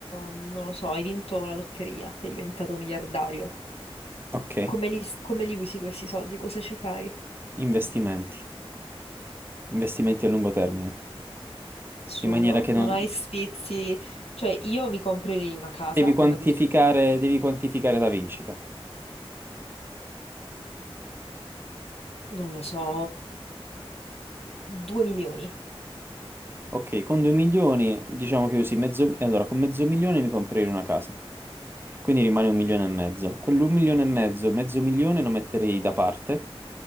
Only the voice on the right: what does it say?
ok.
Investimenti. Investimenti a lungo termine.
In maniera che
non...
Devi
quantificare,
devi quantificare la vincita.
Ok, con 2 milioni diciamo che usi mezzo... Allora, con mezzo milione mi comprerei una casa. Quindi rimane un milione e mezzo. Quell'un milione e mezzo, mezzo milione lo metterei da parte